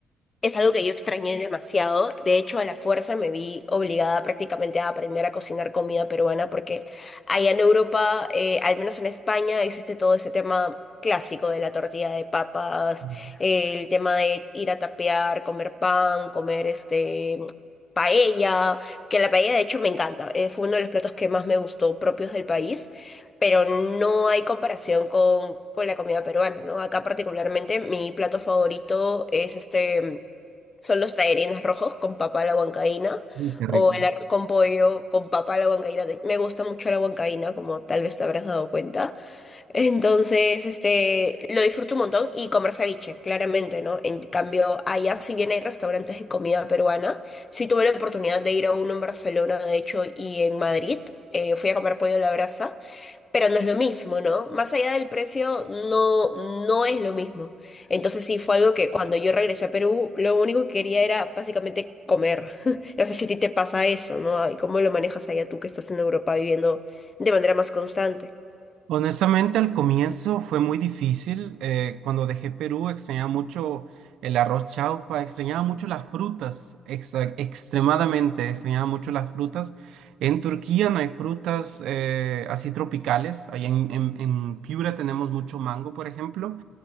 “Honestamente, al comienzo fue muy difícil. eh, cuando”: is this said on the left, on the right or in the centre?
Right